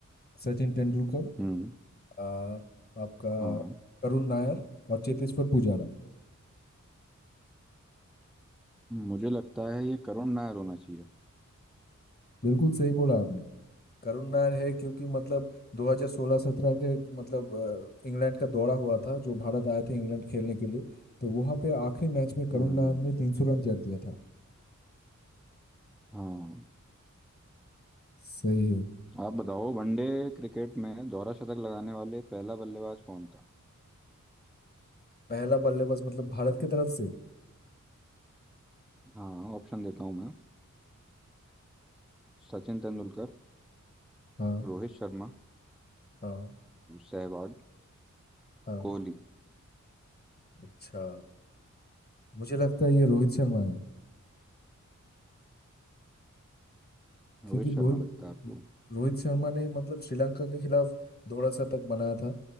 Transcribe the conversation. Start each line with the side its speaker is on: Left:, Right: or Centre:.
Left: सचिन तेंदुलकर
Centre: हम्म
Left: आ, आपका
Centre: हाँ
Left: करुण नायर और चेतेश्वर पुजारा
Centre: मुझे लगता है ये करुण नायर होना चाहिए
Left: बिल्कुल सही बोला आपने करुण नायर है क्योंकि मतलब 2016-17 के मतलब अ, इंग्लैंड का दौरा हुआ था जो भारत आए थे इंग्लैंड खेलने के लिए तो वहां पे आखिरी मैच में करुण
Centre: हम्म
Left: नायर ने 300 रन जड़ दिया था
Centre: हाँ
Left: सही है
Centre: आप बताओ वनडे क्रिकेट में दोहरा शतक लगाने वाले पहला बल्लेबाज कौन था
Left: पहला बल्लेबाज मतलब भारत की तरफ से
Centre: हाँ ऑप्शन देता हूँ मैं सचिन तेंदुलकर
Left: हाँ
Centre: रोहित शर्मा
Left: हाँ
Centre: सहवाग
Left: हाँ
Centre: कोहली
Left: अच्छा मुझे लगता है ये रोहित शर्मा है
Centre: रोहित
Left: क्योंकि
Centre: शर्मा
Left: रोहित
Centre: लगता है आपको
Left: रोहित शर्मा ने मतलब श्रीलंका के खिलाफ दोहरा शतक बनाया था